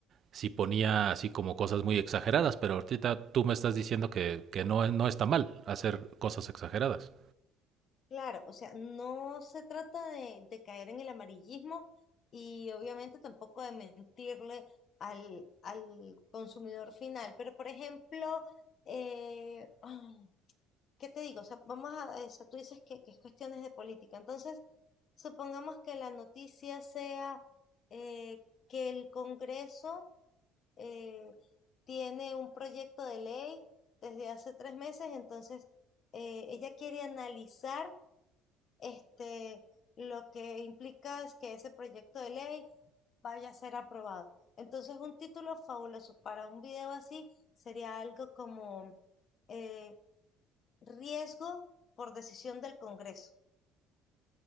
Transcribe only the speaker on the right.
si ponía así como cosas muy exageradas, pero ahorita tú me estás diciendo que, que no, no está mal hacer cosas exageradas.